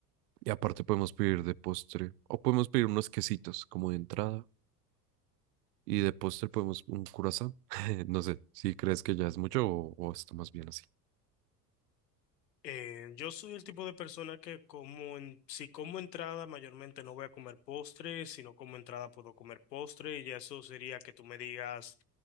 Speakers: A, on the right; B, on the left.
A: y aparte podemos pedir de postre. O podemos pedir unos quesitos como de entrada. Y de postre podemos un curazao. <laughs> No sé si crees que ya es mucho o, o está más bien así.
B: Eh, yo soy el tipo de persona que como en- si como entrada mayormente no voy a comer postre, si no como entrada puedo comer postre y ya eso sería que tú me digas,